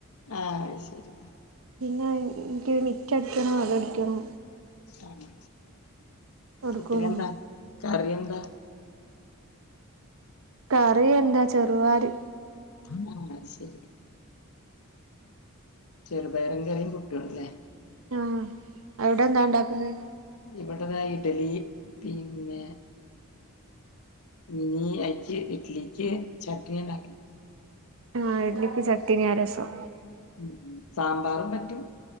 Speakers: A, on the left (about 80°); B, on the right (about 65°).
A: ആഹ് ശരി
B: പിന്നെ എനിക്ക് മിറ്റ അടിക്കണം അഗ അടിക്കണം
A: ആഹ്
B: തൊടക്കും
A: പുട്ടിനെന്താ
B: വേണം
A: കറി എന്താ
B: കറി എന്താ ചെറുവാരി
A: ആഹ് ശരി ചെറുപേറും കറീം പുട്ടുണ്ടല്ലോ
B: ആഹ് അവിടെ എന്താ ഉണ്ടാക്കുന്നത്
A: ഇവിടതാ ഇഡലി പിന്നെ ഇനി അയിക്ക് ഇഡലിക്ക് ചട്നി ഉണ്ടാക്കണം
B: ആഹ് ഇഡ്ലിക്ക് ചട്ടിനി ആ രസം
A: ഉം സാമ്പാറും പറ്റും